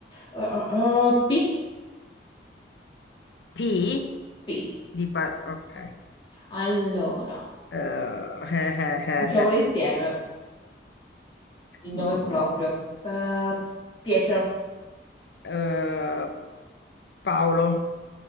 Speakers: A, on the left (about 30°); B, on the left (about 75°).
A: uh, uh, uh, P.
B: P
A: P.
B: di pa- ok.
A: Allora,
B: Eh,
A: diciamole
B: <laughs>
A: Ok. insieme. Il nome
B: Mm,
A: proprio. P- Pietro.
B: eh, Paolo,